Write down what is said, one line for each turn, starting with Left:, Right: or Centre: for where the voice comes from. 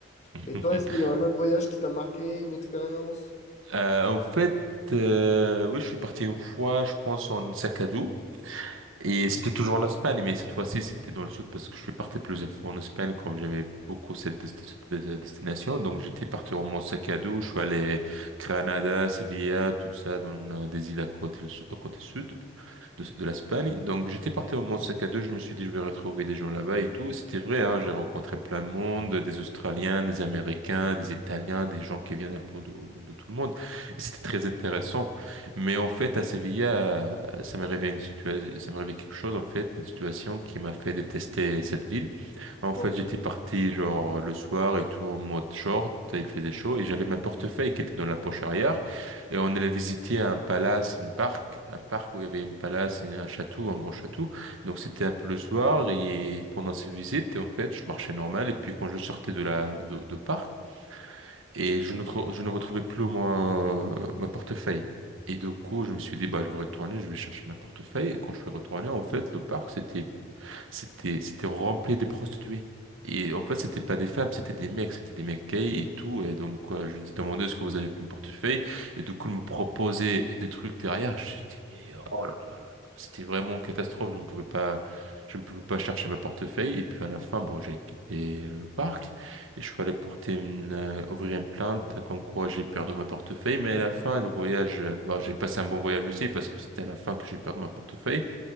Right: <laughs>
Left: Et toi, est-ce qu'il y a un autre voyage qui t'a marqué, une expérience?
Right: Euh, en fait, euh, oui, je suis parti une fois, je pense en sac à dos. Et c'était toujours l'Espagne, mais cette fois-ci, c'était dans le sud parce que je suis parti plusieurs fois en Espagne, comme j'aimais beaucoup cette, des- cette des- destination. Donc, j'étais parti au Mont sac à dos, je suis allé Granada, Sevilla, tout ça, dans euh, des îles à côté, au côté sud de, de l'Espagne. Donc, j'étais parti en mode sac à deux Je me suis dit, je vais retrouver des gens là-bas et tout. C'était vrai, hein, j'ai rencontré plein de monde, des Australiens, des Américains, des Italiens, des gens qui viennent un peu de, de tout le monde. Et C'était très intéressant. Mais en fait, à Séville, euh, ça m'est arrivé une situation, ça m'est arrivé quelque chose, en fait, une situation qui m'a fait détester cette ville.
Left: Pourquoi?
Right: En fait, j'étais parti genre euh, le soir et tout en mode short, il faisait chaud et j'avais ma portefeuille qui était dans la poche arrière et on allait visiter un palace, une parc, un parc où il y avait une palace, une- un château, un grand château. Donc c'était un peu le soir et pendant ces visites, en fait, je marchais normal et puis quand je sortais de la de, de parc et je ne trou- je ne retrouvais plus mon ma portefeuille. Et du coup, je me suis dit, bah, je vais retourner, je vais chercher ma portefeuille. Et quand je suis retourné, en fait, le parc, c'était c'était c'était rempli de prostituées. Et en fait, c'était pas des femmes, c'était des mecs, c'était des mecs gays et tout. Et donc, quoi, je lui ai demandé ce que vous avez mon portefeuille. Et du coup, ils me proposait des trucs derrière. Je dis, mais oh là là là là, c'était vraiment une catastrophe. Je ne pouvais pas, je ne pouvais pas chercher ma portefeuille. Et puis à la fin, bon, j'ai quitté le parc et je suis allé porter une, euh, ouvrir une plainte comme quoi j'ai perdu ma portefeuille. Mais à la fin, le voyage, euh, bon, j'ai passé un bon voyage aussi parce que c'était à la fin que j'ai perdu ma portefeuille.